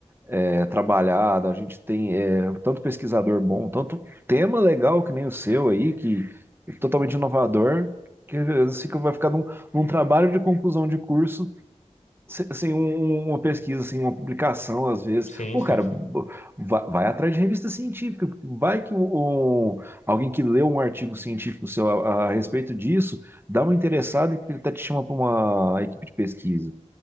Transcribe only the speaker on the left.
sim,
sim,
sim.